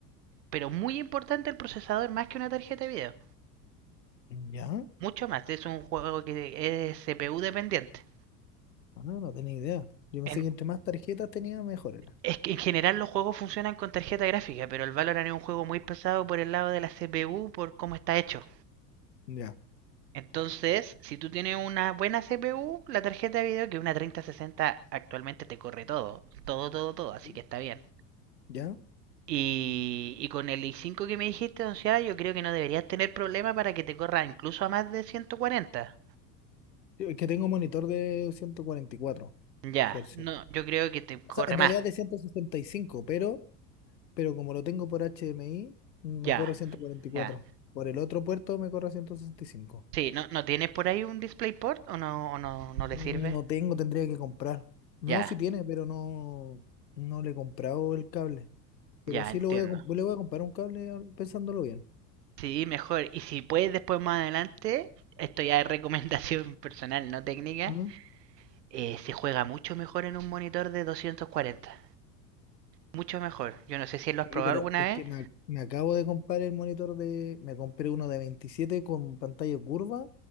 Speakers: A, on the right (about 75°); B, on the left (about 80°).
A: pero muy importante el procesador más que una tarjeta de video.
B: ¿Ya?
A: Mucho más. Es un juego que es CPU dependiente.
B: Ah, no no tenía idea. Yo pensé
A: En-
B: que entre más tarjetas tenía, mejor era.
A: es que en general los juegos funcionan con tarjeta gráfica, pero el Valorant es un juego muy pesado por el lado de la CPU, por cómo está hecho.
B: Ya,
A: Entonces, si tú tienes una buena CPU, la tarjeta de video, que una 3060 actualmente te corre todo, todo, todo, todo, así
B: ¿sí?
A: que está bien.
B: ya.
A: Y, y con el i5 que me dijiste, onceada, yo creo que no deberías tener problema para que te corra incluso a más de 140.
B: Sí, Es que tengo un monitor de ciento cuarenta y cuatro
A: Ya,
B: Hz.
A: no, yo creo que te corre
B: O sea, en
A: más.
B: realidad de ciento sesenta y cinco pero, pero como lo tengo por HDMI, me
A: Ya,
B: corre ciento cuarenta y cuatro
A: ya.
B: Por el otro puerto me corre ciento sesenta y cinco
A: Sí, ¿no, no tienes por ahí un DisplayPort o no, o no, no le
B: Mm,
A: sirve?
B: No tengo, tendría que comprar. No,
A: Ya,
B: sí tiene, pero no, no le he comprado el cable. Pero
A: ya,
B: sí
A: entiendo.
B: lo voy a, comp- le voy a comprar un cable al- pensándolo bien.
A: Sí, mejor. Y si puedes después más adelante, esto ya es recomendación <laughs> personal, no técnica,
B: Ah.
A: eh, se juega mucho mejor en un monitor de 240. Mucho mejor. Yo no sé si lo has
B: Sí,
A: probado
B: pero
A: alguna
B: es
A: vez.
B: que me, me acabo de comprar el monitor de... Me compré uno de 27 con pantalla curva